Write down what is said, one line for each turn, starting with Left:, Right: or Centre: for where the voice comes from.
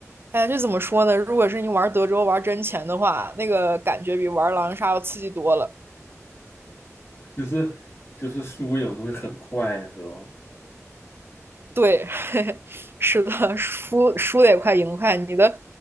Right: 哎呀，这怎么说呢？如果是你玩德州玩真钱的话，那个感觉比玩狼人杀要刺激多了。
Left: 就是就是输赢会很快，是吧？
Right: 对，<laughs> 是的，输输的也快，赢得快。你的